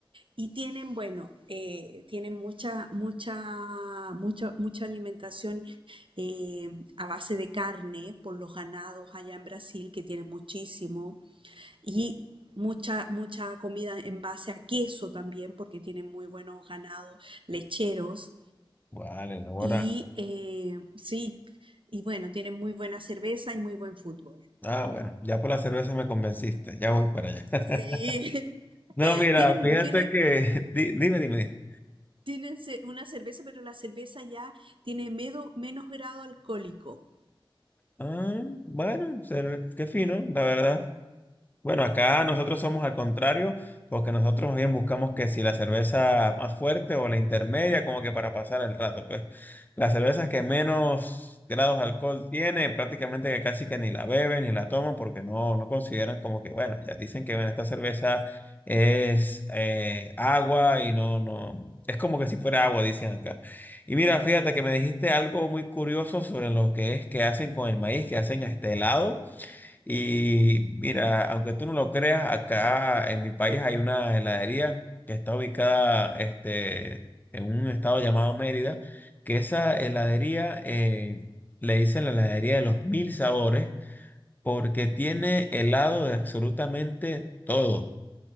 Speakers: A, on the right; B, on the left.
A: Y tienen, bueno, eh, tienen mucha, mucha, mucha, mucha alimentación eh, a base de carne por los ganados allá en Brasil, que tienen muchísimo, y mucha, mucha comida en base a queso también, porque tienen muy buenos ganados lecheros.
B: Vale, no, bueno.
A: Y eh, sí, y bueno, tienen muy buena cerveza y muy buen fútbol.
B: Ah, bueno, ya por la cerveza me convenciste, ya voy para allá. <laughs>
A: Sí,
B: No,
A: <laughs>
B: mira,
A: tienen,
B: fíjate
A: tienen,
B: que, <laughs> di- dime, dime.
A: Tienen ce- una cerveza, pero la cerveza ya tiene medo- menos grado alcohólico.
B: Ah, bueno, se- qué fino, la verdad. Bueno, acá nosotros somos al contrario, porque nosotros bien buscamos que si la cerveza más fuerte o la intermedia, como que para pasar el rato, pues las cervezas que menos grados de alcohol tiene, prácticamente que casi que ni la beben ni la toman, porque no, no consideran como que, bueno, ya dicen que bueno, esta cerveza es eh, agua y no, no, es como que si fuera agua, dicen acá. Y mira, fíjate que me dijiste algo muy curioso sobre lo que es que hacen con el maíz, que hacen este helado. Y mira, aunque tú no lo creas, acá en mi país hay una heladería que está ubicada este, en un estado llamado Mérida, que esa heladería eh, le dicen la heladería de los mil sabores porque tiene helado de absolutamente todo.